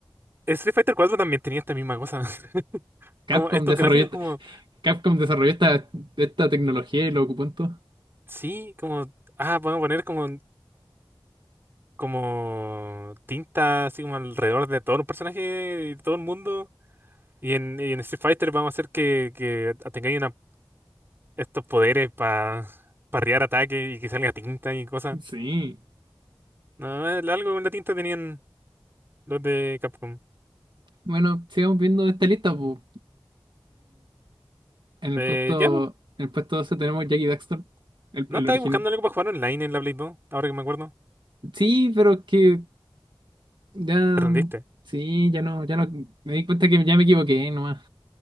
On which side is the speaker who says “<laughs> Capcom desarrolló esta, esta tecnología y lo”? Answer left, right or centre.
Right